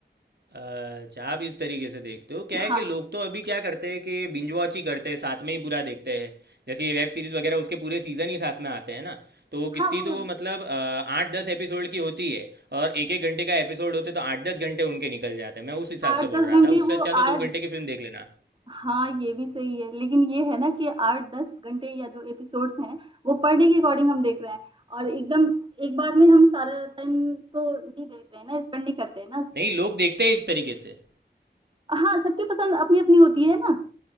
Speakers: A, on the right; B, on the right.
A: अच्छा आप इस तरीके से देखते हो क्या
B: हाँ
A: है कि लोग तो अभी क्या करते हैं कि बिंज वॉच ही करते हैं साथ में ही पूरा देखते हैं जैसे ये वेब सीरीज़ वगैरह उसके पूरे सीज़न ही साथ में आते हैं ना तो वो कितनी
B: हाँ वो
A: तो मतलब अ, आठ दस एपिसोड की होती है और एक एक घंटे का एपिसोड होते तो आठ दस घंटे उनके निकल जाते हैं मैं उस हिसाब
B: आठ
A: से
B: दस
A: बोल रहा
B: घंटे
A: था उससे
B: वो
A: अच्छा तो
B: आठ
A: दो घंटे की फिल्म देख लेना
B: हाँ ये भी सही है लेकिन ये है ना कि आठ दस घंटे या जो एपिसोड्स हैं वो पर डे के अकॉर्डिंग हम देख रहे हैं और एकदम एक बार में हम सारा टाइम तो नहीं देखते हैं ना स्पेंड नहीं करते हैं ना उस
A: नहीं
B: पर
A: लोग देखते हैं इस तरीके से
B: हाँ सबकी पसंद अपनी अपनी होती है ना